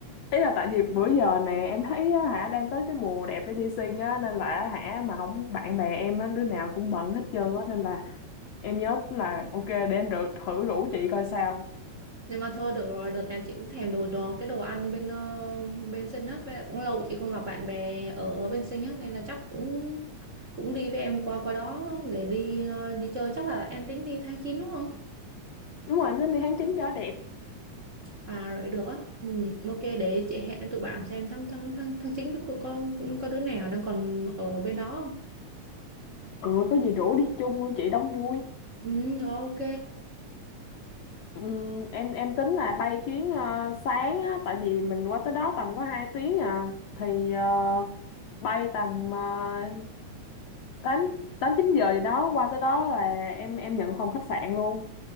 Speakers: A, on the left; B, on the right.
A: ý là tại vì bữa giờ nè em thấy á, hả đang tới cái mùa đẹp để đi sinh á nên là hả mà không bạn bè em á đứa nào cũng bận hết trơn á nên là em nhớ là ok để em rủ, thử rủ chị coi sao.
B: Nhưng mà thôi được rồi, đợt này chị cũng thèm đồ đồ cái đồ ăn bên ờ, bên sinh á, với lại cũng lâu chị không gặp bạn bè ở ở bên sinh á nên là chắc cũng cũng đi với em qua qua đó để đi ờ, đi chơi chắc là em tính đi tháng 9 đúng không?
A: Đúng rồi em tính đi tháng 9 cho đẹp.
B: À rồi được á. Ừ, ok để chị hẹn với tụi bạn xem tháng tháng tháng tháng 9 tụi con có đứa nào đang còn ở bên đó không?
A: Ừ có gì rủ đi chung luôn chị đóng vui.
B: Ừ, rồi, ok.
A: Ừm, em em tính là bay chuyến ờ, sáng á, tại vì mình qua tới đó tầm có 2 tiếng à thì ờ, bay tầm uh, 8 8 9 giờ gì đó qua tới đó là em em nhận phòng khách sạn luôn.